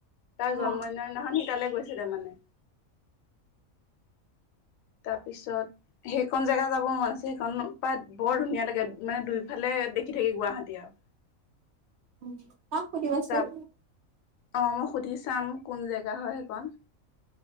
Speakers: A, on the left (about 75°); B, on the right (about 65°).
A: তাৰ জন্মদিনৰ
B: অ
A: দিনাখন সি তালৈ গৈছিলে মানে। তাৰপিছত সেইকন জেগা যাব মন আছে সেইখন প বৰ ধুনীয়া লাগে মানে দুইফালে দেখি থাকি গুৱাহাটী আৰু।
B: উম, অ', সুধিবাচোন।
A: তাত অ', মই সুধি চাম কোন জেগা হয় সেইখন।